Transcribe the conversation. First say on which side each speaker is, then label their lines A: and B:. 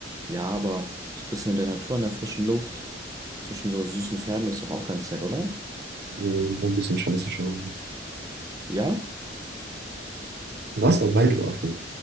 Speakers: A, on the right (about 20°); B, on the right (about 60°).
A: ja, aber so ein bisschen in der Natur, in der frischen Luft, zwischen so süßen Pferden ist doch auch ganz nett, oder?
B: Äh, noch ein bisschen Scheiße schauen.
A: Ja?
B: Du warst dabei, du Affe.